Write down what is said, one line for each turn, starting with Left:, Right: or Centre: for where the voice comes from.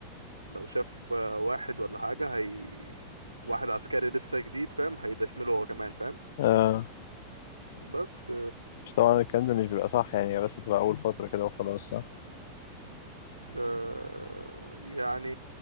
Right: لو شاف آه، واحد ولا حاجة هي واحد عسكري لسه جديد فاهم هيدشمله هو كمان فاهم
Left: اه
Right: بس
Left: بس طبعا الكلام ده مش بيبقى صح يعني بس بتبقى اول فتره كده وخلاص صح
Right: آه يعني